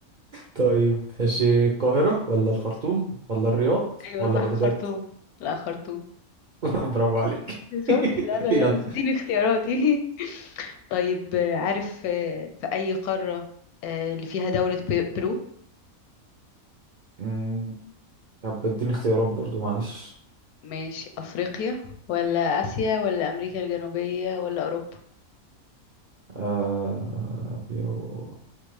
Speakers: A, on the right (about 55°); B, on the left (about 80°).
A: طيب ماشي القاهره ولا الخرطوم ولا الرياض
B: أيوة
A: ولا
B: صح
A: بغداد
B: الخرطوم لا خرطوم
A: <laughs> برافو عليك <laughs>
B: شفت لا لا لا
A: يلا
B: بس اديني اختياراتي <laughs> طيب آه، عارف آه، في أي قارة آه، اللي فيها دولة بي- برو
A: أمم، طب اديني اختيارات برضو معلش
B: ماشي أفريقيا ولا آسيا ولا أمريكا الجنوبية ولا أوروبا
A: آه بيرو